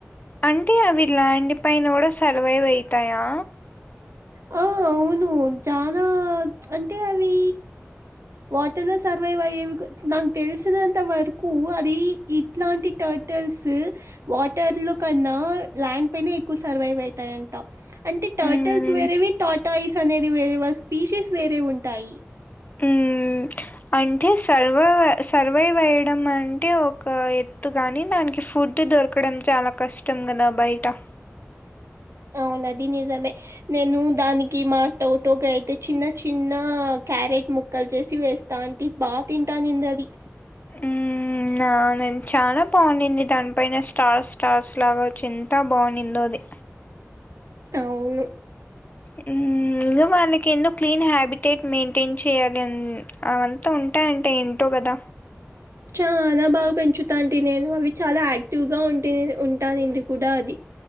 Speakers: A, on the left (about 35°); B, on the right (about 65°).
A: అంటే అవి ల్యాండ్ పైన కూడా సర్వైవ్ అయితాయా
B: హొ అవును చానా అంటే అవి వాటర్ లో సర్వైవ్ అయ్యేవి నాకు తెలిసినంత వరకు అది ఇట్లాంటి ట హొటల్స్ వాటర్ లో కన్నా ల్యాండ్ పైనే ఎక్కువ సర్వైవ్ అయితాయంట అంటే టర్టల్స్
A: హ్మ్.
B: వేరేవి టాటాయిస్ అనేది వేరే వా స్పీసేస్ వేరేవి ఉంటాయి
A: హ్ అంటే సర్వైవ్ సర్వైవ్ అయడం అంటే ఒక ఎత్తు గాని దానికి ఫుడ్ దొరకు అక్కడం చాలా కష్టం కదా బయట
B: అవును ఆది నిజమే నేను దానికి మా టోటోకి అయితే చిన్న చిన్న క్యారెట్ ముక్కలు చేసి వేస్త దాంటి బాగా తింటాందింది అది
A: హ్మ్. నేను ఆ చాలా బాగుండింది. దానిపైన స్టార్ స్టార్స్ లాగా ఎంత బాగుండిందో అది
B: అవును
A: హ్ ఇంగ వాళ్ళకి ఎన్నో క్లీన్ హ్యాబిటేట్ మెయింటైన్ చేయాలి. అవి అంత ఉంటాయంట ఏంటో కదా
B: చ్ చాల బాగా పెంచుతంటి నేను అవి చాలా యాక్టివ్ గా ఉంట ఉంటాయి ఇది కూడా అది